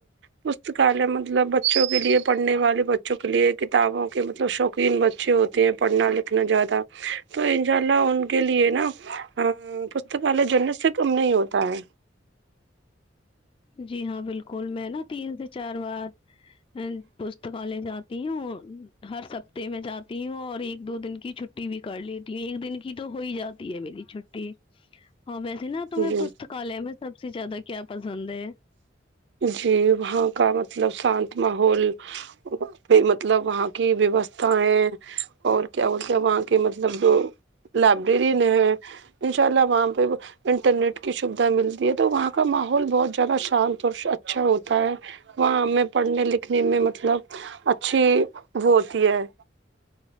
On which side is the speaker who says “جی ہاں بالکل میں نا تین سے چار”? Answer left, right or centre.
Left